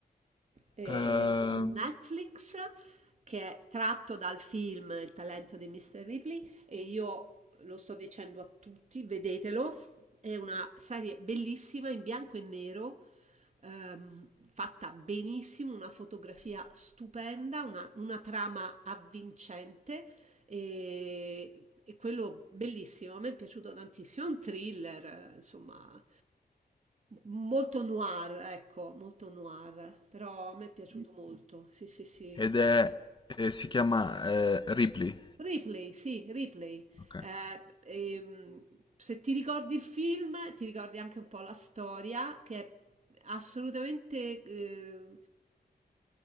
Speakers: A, on the right (about 45°); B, on the left (about 30°).
A: eh,
B: Eh,
A: su Netflix, che è tratto dal film Il talento di Mr. Ripley e io lo sto dicendo a tutti, vedetelo, è una serie bellissima in bianco e nero, ehm, fatta benissimo, una fotografia stupenda, una, una trama avvincente e, e quello bellissimo, a me è piaciuto tantissimo, è un thriller, eh, insomma, molto noir, ecco, molto noir, però a me è piaciuto molto, sì, sì, sì.
B: ed è, eh, si chiama eh, Ripley.
A: Ripley, sì, Ripley.
B: Ok.
A: Eh, ehm, se ti ricordi il film, ti ricordi anche un po' la storia, che è assolutamente eh,